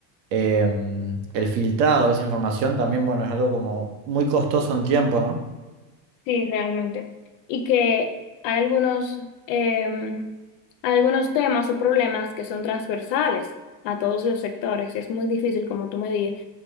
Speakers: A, on the right; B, on the left.
A: em, el filtrado de esa información también, bueno, es algo como muy costoso en tiempo, ¿no?
B: Sí, realmente. Y que hay algunos, eh, algunos temas o problemas que son transversales a todos los sectores. Es muy difícil, como tú me dices,